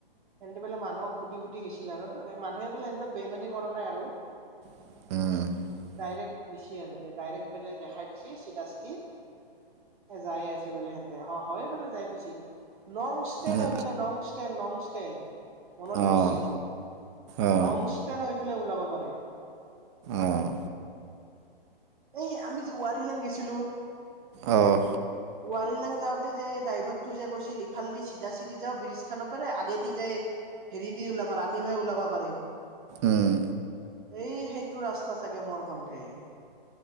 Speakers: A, on the right; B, on the right.
A: সেহতে বলে মানুহক সুধি-সুধি গৈছিল আৰু মানুহে বোলে সহতক বেইমমানি কৰা নাই আৰু।
B: উম
A: ডাইৰেক্ট দিছি আৰু ডাইৰেক্ট বেলে দেখাই দিছে চিধা চিধি যায়ে আছে বোলে হেনতে অ' হয় বোলে যাই পাইছি। নংষ্টে
B: এ,
A: হৈ ফালে নংষ্টে নং মনত
B: অ',
A: পৰছি মৰ
B: অ',
A: নংষ্টষ্টেন হৈ পেলাই ওলাব পাৰে।
B: অ',
A: এই আমি যে ৱাৰ লাং গেছিলো।
B: অহঁ
A: ৱাৰ লাং যাওঁতে যে ড্ৰাইভাৰটো যে কৈছিল ইফালেদি চিধা চিধি যাওঁ ব্ৰীজ খানৰ পৰাৰে আগেদি যাই হেৰি দি উলাম। আমিহে ওলাব পাৰিম।
B: উম,
A: এই সেইটো ৰাস্তা চাগে মোৰ সন্ধে।